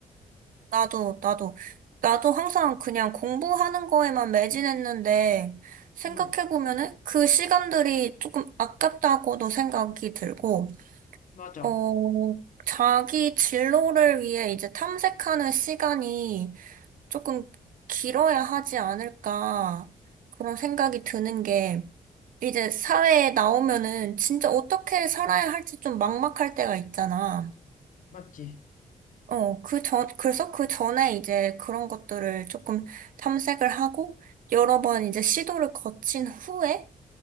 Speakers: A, on the right; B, on the left.
A: 나도, 나도, 나도 항상 그냥 공부하는 거에만 매진했는데, 생각해보면은
B: 음.
A: 그 시간들이 조금 아깝다고도 생각이 들고,
B: 맞아.
A: 어, 자기 진로를 위해 이제 탐색하는 시간이 조금 길어야 하지 않을까, 그런 생각이 드는 게, 이제 사회에 나오면은 진짜 어떻게 살아야 할지 좀 막막할 때가 있잖아.
B: 맞지.
A: 어, 그 전, 그래서 그 전에 이제 그런 것들을 조금 탐색을 하고, 여러 번 이제 시도를 거친 후에,